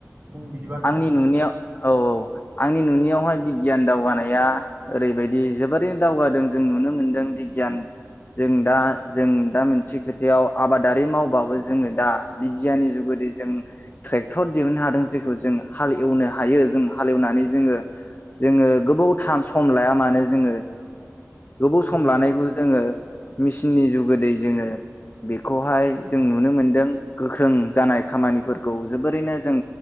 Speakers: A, on the right; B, on the left.
A: बुं बिदिबा नोंथां
B: आंनि नुनियाव औ औ आंनि नुनायावहाय बिगियान दावगानाया ओरैबायदि जोबोरैनो दावगादों जों नुनो मोनदों बिगियान जों दा जों दा मोनसे खोथायाव आबादारि मावबाबो जोङो दा बिगियाननि जुगोदिजों ट्रेक्टर दिहुननो हादों जेखौ जों जों हाल एवनो हायो जों हालेवनानै जोङो जोङो गोबौथाम सम लाया मानो जोङो गोबाव
A: औ
B: सम
A: नंगौ नोंथां
B: लानायखौ जोङो मेसिननि जुगोदै जोङो बेखौहाय जों नुनो मोनदों गोख्रों जानाय खामानिफोरखौ जोबोरैनो जों